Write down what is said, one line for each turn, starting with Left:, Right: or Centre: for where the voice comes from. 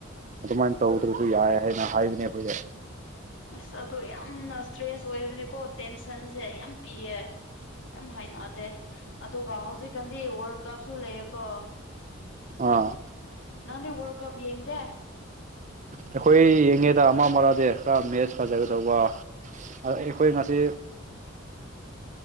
Right: ꯑꯗꯨꯃꯥꯏꯅ ꯇꯧꯗ꯭ꯔꯁꯨ ꯌꯥꯏ ꯍꯥꯏꯅ ꯍꯥꯏꯕꯅꯦ ꯑꯩꯈꯣꯏꯁꯦ
Left: ꯑꯁ ꯑꯗꯨꯗꯣ ꯌꯥꯝꯅ ꯏꯁꯇ꯭ꯔꯦꯁ ꯑꯣꯏꯕꯅꯦꯀꯣ ꯇꯦꯟꯁꯟꯁꯦ ꯌꯥꯝ ꯄꯤꯌꯦ ꯌꯥꯝ ꯍꯥꯏꯅꯗꯦ ꯑꯗꯨꯒ ꯍꯧꯖꯤꯛꯀꯥꯟꯗꯤ ꯋꯥꯔꯜ ꯀꯞꯁꯨ ꯂꯩꯌꯦꯀꯣ
Right: ꯑꯥ
Left: ꯅꯪꯗꯤ ꯋꯥꯔ ꯀꯞ ꯌꯦꯡꯗꯦ
Right: ꯑꯩꯈꯣꯏ ꯌꯦꯡꯉꯦꯗ ꯑꯃ ꯑꯃꯗꯤ ꯈꯔ ꯃꯦꯠꯁ ꯐꯖꯒꯗꯧꯕ ꯑ ꯑꯩꯈꯣꯏ ꯉꯁꯤ